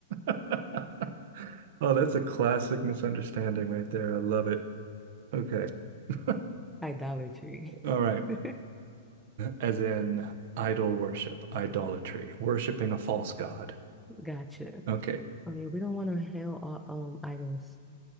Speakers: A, on the right; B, in the centre.
A: <laughs> Oh, that's a classic misunderstanding right there. I love it. Okay. <laughs>
B: idolatry.
A: All right.
B: <laughs>
A: As in idol worship, idolatry, worshiping a false god.
B: Gotcha.
A: Okay.
B: Okay, we don't want to hail all um items.